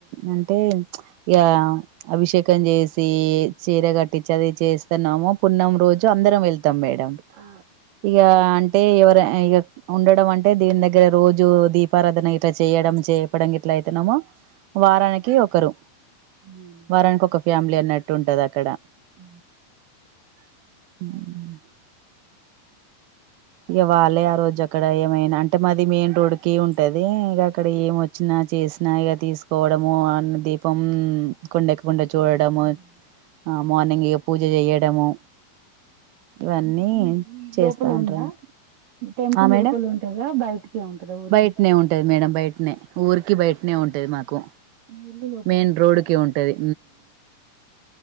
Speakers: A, on the right; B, on the right.
A: అంటే యా అభిషేక్ కొంజేసి చీర కట్టించి అది చేస్తున్నాము పున్నం రోజు అందరం వెళ్తు అత్తమేడం
B: ఆ.
A: ఇక అంటే ఎవరు ఇక ఉండడం అంటే దీని దగ్గర రోజు దీపారాధన ఇట్లా చేయడం చేపడం ఇట్లా అయితున్నామో వారానికి ఒకరు
B: ఉమ్.
A: వారానికి ఒక ఫ్యామిలీ ఎన్నట్టు ఉంటది అక్కడ
B: ఉ
A: <unintelligible> ఇవలె ఆ రోజు అక్కడ ఏమైనా అంటే మాది మెయిన్ రోడ్కి ఉంటది అదే ఇగ అక్కడ ఏం వచ్చినా చేస నయిగా తీసుకోవడము అన్ దీపం కొండకు కొండ చూడడము
B: చూడండి. ఉమ్.
A: మార్నింగ్ పూజ చేయడము ఇవన్నీ
B: అంటే ఇప్పుడు మీకు
A: చేస్తా
B: లోపల
A: అంటారు
B: ఉందా టెంపుల్
A: ఆ మేడం
B: లోపల ఉంటదా బయటికే ఉంటదా ఊరికి
A: బయటనే ఉంటది మేడం బయటనే ఊరికి బయటనే ఉంటది మాకు
B: మీ ఇల్లు లోపల
A: మెయిన్
B: ఉంటదా
A: రోడ్కి ఉంటది